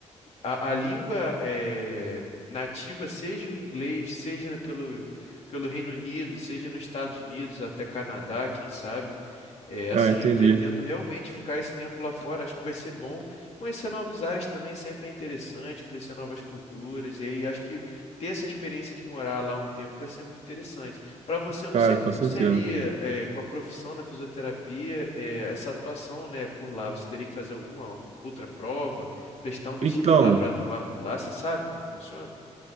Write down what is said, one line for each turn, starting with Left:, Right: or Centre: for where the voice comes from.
Left: a, a língua eh, nativa seja o inglês, seja pelo, pelo Reino Unido, seja nos Estados Unidos, até Canadá, quem sabe. É, assim,
Right: Ah, entendi.
Left: eu pretendo realmente ficar esse tempo lá fora, acho que vai ser bom. Conhecer novos ares também sempre é interessante, conhecer novas culturas, e aí acho que ter essa experiência de morar lá um tempo vai ser muito interessante. Para você, eu
Right: Cara,
Left: não sei como
Right: com certeza.
Left: seria, é, com a profissão da fisioterapia, é, essa atuação, né, por lá. Você teria que fazer alguma outra prova, prestar um vestibular
Right: Então,
Left: para atuar por lá, você sabe como funciona?